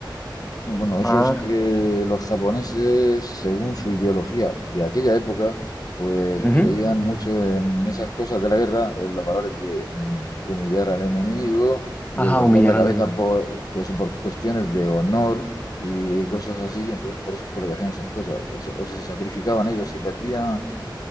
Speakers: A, on the left; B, on the left.
A: Bueno,
B: más.
A: eso es que los japoneses, según su ideología de aquella época, pues
B: Ujú.
A: creían mucho en esas cosas de la guerra, en los valores de mm, humillar al enemigo, de
B: Ajá,
A: cortar
B: humillar
A: la cabeza
B: al enemigo.
A: Mm. por, pues eso por cuestiones de honor y cosas así. Entonces, por eso es por lo que hacían esas cosas. O se, o se sacrificaban ellos y perdían